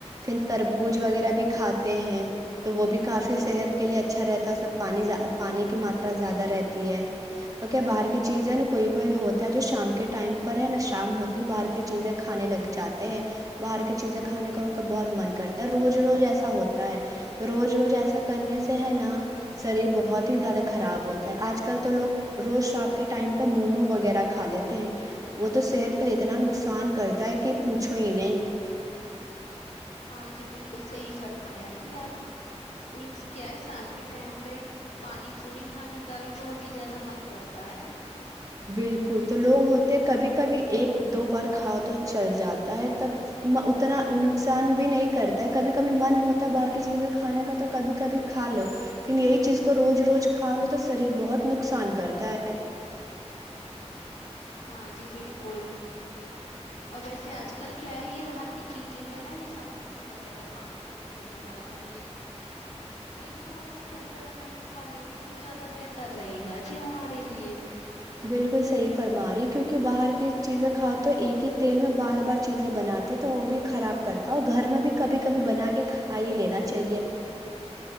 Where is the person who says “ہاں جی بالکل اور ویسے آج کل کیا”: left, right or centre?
Left